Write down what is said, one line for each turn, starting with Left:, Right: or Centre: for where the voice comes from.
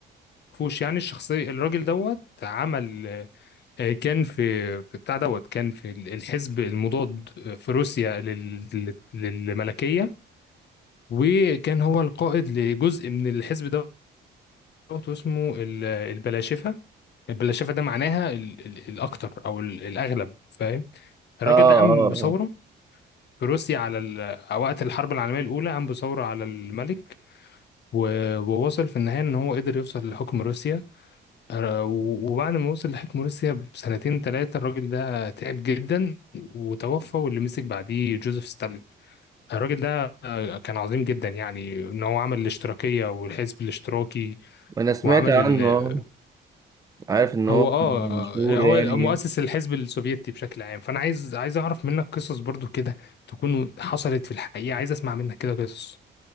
Left: فوش يعني الشخصية الراجل دوت عمل آه، كان في في بتاع دوت كان في ال- الحزب المضاد آه، في روسيا لل- لل- للملكية وكان هو القائد لجزء من الحزب دوت واسمه ال- البلاشفة البلاشفة ده معناها ال- ال- الأكتر أو ال- الأغلب فاهم الراجل
Right: اه اه
Left: ده قام بثورة
Right: اه
Left: في روسيا على ال- وقت الحرب العالمية الأولى قام بثورة على الملك و- ووصل في النهاية إن هو قدر يوصل لحكم روسيا أنا- و- وبعد ما وصل لحكم روسيا بسنتين ثلاثة الراجل ده تعب جدا وتوفى واللي مسك بعديه جوزيف ستالين الراجل ده آه، كان عظيم جدا يعني ان هو عمل الاشتراكية والحزب الاشتراكي
Right: انا سمعت
Left: وعمل
Right: عنه
Left: ال...
Right: آه. عارف ان هو
Left: هو اه
Right: كان مشهور
Left: هو
Right: يعني
Left: مؤسس الحزب السوفيتي بشكل عام فانا عايز عايز اعرف منك قصص برضو كده تكون حصلت في الحقيقة عايز اسمع منك كده قصص